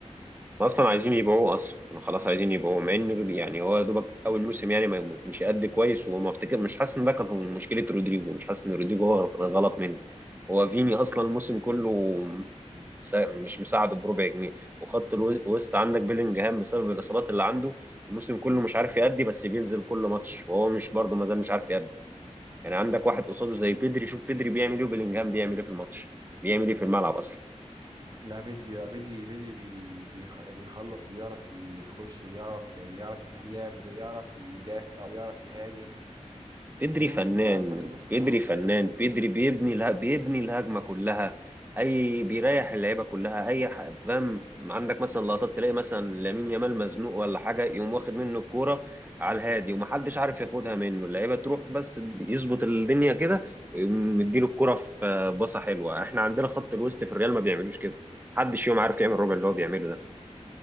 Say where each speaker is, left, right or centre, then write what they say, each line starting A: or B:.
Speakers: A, on the right (about 15°); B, on the right (about 35°).
A: ما اصلا عايزين يبيعوه اصلا كانوا خلاص عايزين يبيعوه مع ان يعني هو يا دوبك اول موسم يعني ما ما كانش قد كويس وما افتكر مش حاسس ان ده كان مشكله رودريجو مش حاسس ان رودريجو هو كان غلط منه هو فيني اصلا الموسم كله مسا- مش مساعده بربع جنيه وخط الوسط عندك بيلينجهام بسبب الاصابات اللي عنده الموسم كله مش عارف يأدي بس بينزل كل ماتش وهو مش برضه ما زال مش عارف يأدي يعني عندك واحد قصاده زي بيدري شوف بيدري بيعمل ايه وبيلينجهام بيعمل ايه في الماتش بيعمل ايه في الملعب اصلا
B: لا بدري لا بدري بدري بي... بيخ... بيخلص وبيعرف يخش وبيعرف يعني يعرف يفتح لعب ويعرف يدافع ويعرف يهاجم لكن
A: بيدري
B: ريال
A: فنان
B: مدريد فعلا خط النص بتاعها
A: بيدري
B: وحش
A: فنان
B: أوي
A: بيدري بيبني لها بيبني الهجمه كلها اي بيريح اللعيبه كلها اي ح- فاهم عندك مثلا لقطات تلاقي مثلا لامين يامال مزنوق ولا حاجه يقوم واخد منه الكوره على الهادي ومحدش عارف ياخدها منه اللعيبه تروح بس يظبط الدنيا كده ويقوم مديله الكوره في باصه حلوه احنا عندنا خط الوسط في الريال ما بيعملوش كده محدش يوم عارف يعمل الربع اللي هو بيعمله ده